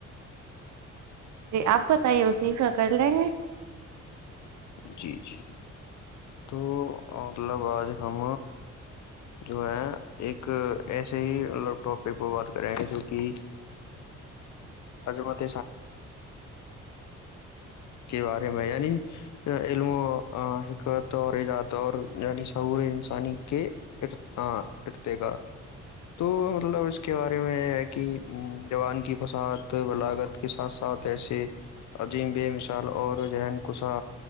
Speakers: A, on the right; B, on the left.
A: جی آپ بتائیے اسیف کر لیں گے
B: جی جی تو الا بعد ہم جو ہے ایک ایسے ہی ٹاپک پر بات کریں ہیں جو کہ عظمت کے بارے میں یعنی علم و حکمت اور دور یعنی سعور انسانی کے ارد ارد کا تو مطلب اس کے بارے میں ہے کہ جوان کی فسات بلاغت کے ساتھ ساتھ ایسی عجیم بے مثال اور ذہن کسا